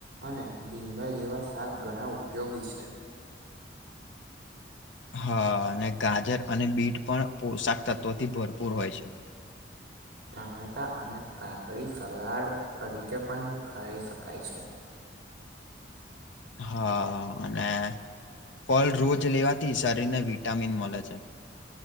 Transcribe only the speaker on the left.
હા અને ગાજર અને બીટ પણ પોશાક તત્વોથી ભરપૂર હોય છે.
હા અને ફળ રોજ લેવાથી શરીર ને વિટામીન મળે છે.